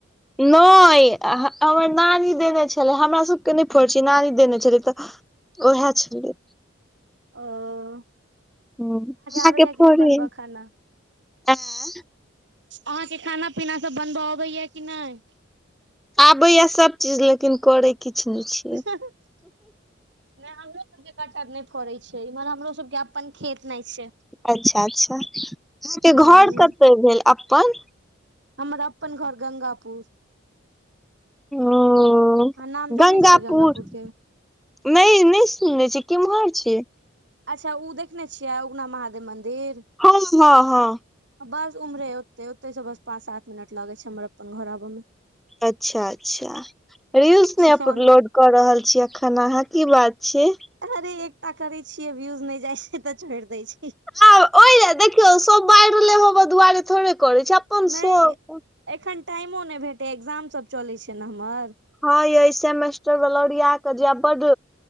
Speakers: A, in the centre; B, on the right (about 60°).
A: नहि हमर नानी देने छलै हमरा सबके नहि फड़ छ नारी देने छलै तऽ। ओहे छलय।
B: ओ अहाँके
A: ओ अहाँके
B: आबैया
A: फरे
B: कि नहि बनबऽ खाना
A: <unintelligible>
B: अहाँके खाना -पीना सब, बनबऽ अबैया कि नहि।
A: आबैया सभ चीज, लेकिन करय किछु नहि छी।
B: नहि हमरो सबके कटहर नहि फरय छय, इम्हर हमरो सबके अपन खेत नहि छै।
A: अच्छा- अच्छा, अहां के
B: हूँ
A: घर कत भेल अपन
B: हमर अपन घर गंगापुर।
A: ओऽ
B: अहाँ नाम
A: गंगापुर।
B: जनै छियै के
A: नहि -नहि सुने छी, किमहर छिय।
B: अच्छा उ देखने छिय, उगना महादेव मन्दिर।
A: हम हँ -हँ
B: बस उम्हरे, ओतय -ओतय स बस पाँच सात मिनट लगय छै, हमर अपन घर आब में।
A: अच्छा -अच्छा, रील्स
B: मे
A: ने
B: सोना
A: अपलोड कऽ रहल छी, एखन अहाँ, की बात छय।
B: अरे एकटा करै छिय, व्यूज नहि जाइ छै, तऽ छोड़ि दै छीय।
A: आब ओहि ले देखियौ, सब बायरले लेब ले दुआरे थोड़े कर छै। अपन
B: नहि
A: शौक
B: एखन, टाइमो नहि भेटै ये, एक्जामसभ चलय छै ने हमर।
A: हँ ये सेमेस्टर बला ओरिया क जेब बद